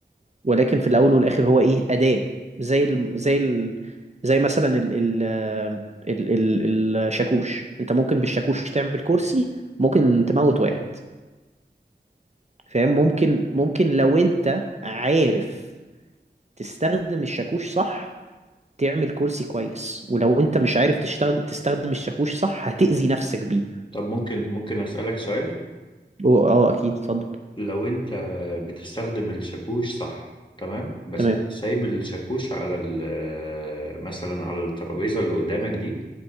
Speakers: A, on the right (about 40°); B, on the left (about 25°).
A: ولكن في الاول والاخر هو ايه أداة زي ال زي ال زي مثلا ال ال ال ال الشاكوش انت ممكن بالشاكوش تعمل كرسي ممكن تموت واحد فاهم ممكن ممكن لو انت عارف تستخدم الشاكوش صح تعمل كرسي كويس ولو انت مش عارف تشتغل تستخدم الشاكوش صح هتأذي نفسك بيه
B: طب ممكن ممكن أسألك سؤال
A: و- اه اكيد اتفضل
B: لو أنت بتستخدم الشاكوش صح تمام بس
A: تمام
B: أنت سايب الشاكوش على ال- آه، مثلا على الترابيزة اللي قدامك دي